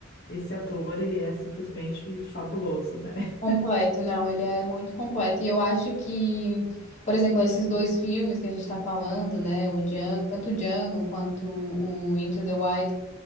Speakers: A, on the left (about 55°); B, on the left (about 35°).
A: Esse ator, ele é simplesmente fabuloso, né? <laughs>
B: Completo, não, ele é muito completo. E eu acho que, por exemplo, esses dois filmes que a gente tá falando, né? O Django, tanto o Django quanto o Into the Wild,